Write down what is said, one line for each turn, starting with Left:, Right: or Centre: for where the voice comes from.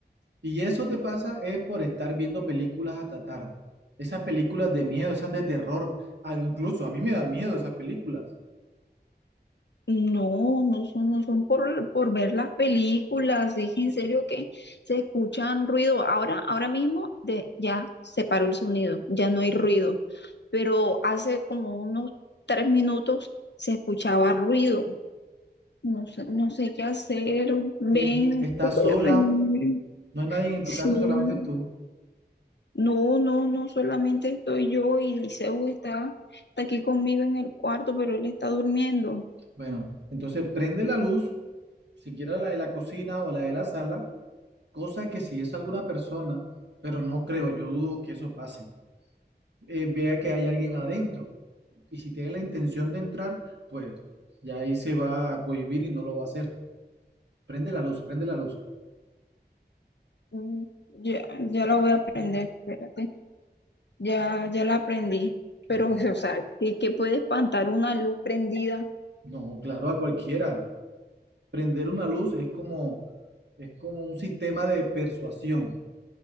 Right: Y eso te pasa es por estar viendo películas hasta tarde. Esas películas de miedo, esas de terror. Ah, incluso a mí me dan miedo esas películas.
Left: No, no son, no son por, por ver las películas, es en serio que se escuchan ruido. Ahora, ahora mismo de, ya se paró el sonido, ya no hay ruido, pero hace como unos tres minutos se escuchaba ruido. No sé, no sé qué hacer. Ven,
Right: Y es- estás
Left: tú puedes
Right: sola.
Left: venir.
Right: No hay nadie en
Left: Sí.
Right: tu casa, solamente tú.
Left: No, no, no, solamente estoy yo y Liceo está, está aquí conmigo en el cuarto, pero él está durmiendo.
Right: Bueno, entonces prende la luz, siquiera la de la cocina o la de la sala, cosa que si es alguna persona, pero no creo, yo dudo que eso pase, eh, vea que hay alguien adentro. Y si tiene la intención de entrar, pues ya ahí se va a cohibir y no lo va a hacer. Prende la luz, prende la luz.
Left: Mm, Ya, ya la voy a aprender, espérate. Ya, ya la aprendí. Pero,
Right: Bueno,
Left: <laughs> o sea, ¿qué, qué puede espantar una luz prendida?
Right: no, claro, a cualquiera. Prender una luz es como, es como un sistema de persuasión.